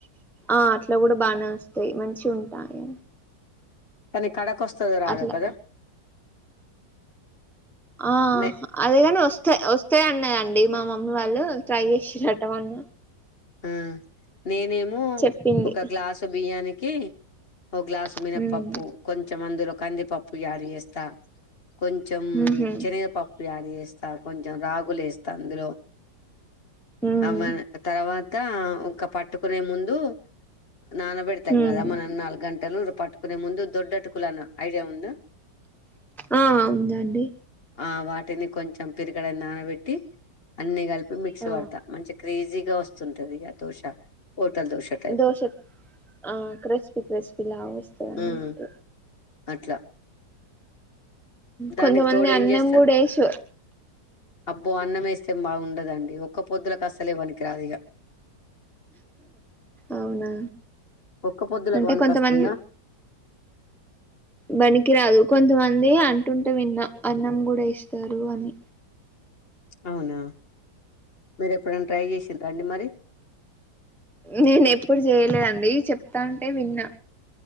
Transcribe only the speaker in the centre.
ఆ అట్ల కూడ బానే వస్తాయి మంచి ఉంటాయి
అట్లా
ఆ
అదే కాని వస్తే వస్తే అన్న యండి అండి మా మమ్మీ వాళ్ళు ట్రై చేసిరట మొన్న
చెప్పింది
ఉమ్
ఉహు
ఉమ్
ఉమ్
ఆ ఉందండి
ఆ
దోశ ఆ క్రిస్పి క్రస్పీ లాగా వస్తాది అన్నామట
కొంతమంది
అన్నం
కూడా వేస
అవునా
అంటే
కొంతమంది
బనికి రాదు కొంతమంది అంటుంటే విన్న అన్నం కూడా వేస్తారు అని
నేను ఎప్పుడు చేయలేదండి చెప్తా అంటే విన్నా